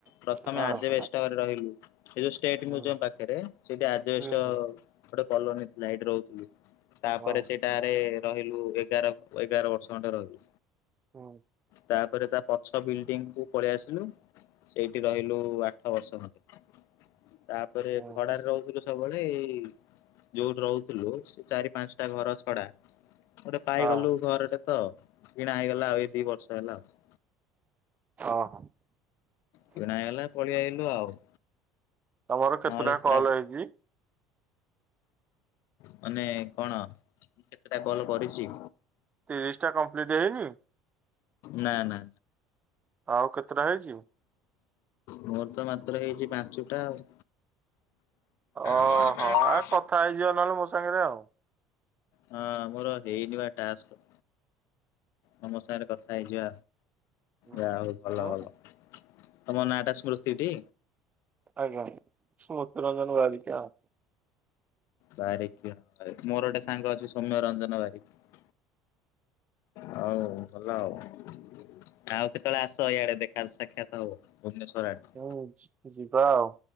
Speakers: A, on the left; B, on the right.
A: ପ୍ରଥମେ
B: ହଁ
A: ଆ ଷ୍ଟଲ ଲଗେଇଲୁ ସେ ଯୋଉ ଷ୍ଟେଟ
B: ହୁଁ
A: ମିଉଜମ ପାଖରେ ସେଠି ଆଜବେଷ୍ଟ
B: ହୁଁ ହୁଁ
A: ଗୋଟେ କଲୋନୀ ଥିଲା ହେଇଠି ରହୁଥିଲୁ ତାପରେ
B: ହଁ
A: ସେଟାରେ ରହିଲୁ ଏଗାର ଏଗାର ବର୍ଷ ଖଣ୍ଡେ ରହିଲୁ।
B: ହୁଁ।
A: ତାପରେ ତା ପଛ ବିଲଡିଙ୍ଗ କୁ ପଳେଇ ଆସିଲୁ ସେଇଠି ରହିଲୁ ଆଠ ବର୍ଷ ଖଣ୍ଡେ। ତାପରେ
B: ହୁଁ
A: ଭଡାରେ
B: ହୁଁ
A: ରହୁଥିଲୁ ସବୁବେଳେ ଏଇ। ଯୋଉଠି ରହୁଥିଲୁ ସେ ଚାରି ପାଞ୍ଚଟା ଘର ଛଡା ଗୋଟେ ପାଇଗଲୁ
B: ହଁ
A: ଘର ଟେ। ତ କିଣା ହେଇଗଲା ଆଉ ଏଇ ଦି ବର୍ଷ ହେଲା ଆଉ।
B: ଅ ହଁ।
A: କିଣା ହେଇଗଲା ପଳେଇଆଇଲୁ ଆଉ।
B: ତମର କେତେଟା
A: ନହେଲେ ପୁରା
B: କଲ ହେଇଛି।
A: ମାନେ କଣ କେତେଟା କଲ କରିଛି।
B: ତିରିଶ ଟା କମ୍ପ୍ଲିଟ ହେଇନି।
A: ନା ନା।
B: ଆଉ କେତେଟା ହେଇଛି।
A: ମୋର ତ ମାତ୍ର ହେଇଛି ପାଞ୍ଚଟା ଆଉ।
B: ଅହ
A: ହଁ
B: ଆ କଥା ହେଇଯିବ ନହେଲେ ମୋ ସାଙ୍ଗରେ ଆଉ।
A: ହଁ ମୋର ହେଇନିବା ଟାସ୍କ। ତମ ସାଙ୍ଗରେ କଥା ହେଇଯିବା।
B: ମୁଁ
A: ଯା ହଉ ଭଲ ଭଲ ତମ ନାଟା ସ୍ମୃତିଟି
B: ଆଜ୍ଞା ମତ୍ୟୁରଞ୍ଜନ ଗିକା
A: ବାରିକ ମୋର ଗୋଟେ ସାଙ୍ଗ ଅଛି ସୌମ୍ୟ ରଞ୍ଜନ ବାରିକ ହଉ ଭଲ ଆଉ ଆଉ କେତେବେଳେ ଆସ ଇଆଡେ ଦେଖା ସାକ୍ଷାତ ହବ ଭୁବନେଶ୍ଵର ଆଡେ
B: ହଁ ଯିବା ଆଉ